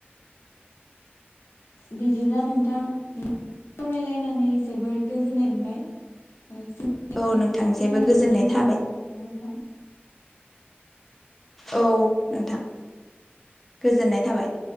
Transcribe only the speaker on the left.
बिदिब्ला नोंथां सावरायलायनानै जोबोर गोजोननाय मोनबाय
बेखिनियावनो
दोनथ'नोसै
नोंथां।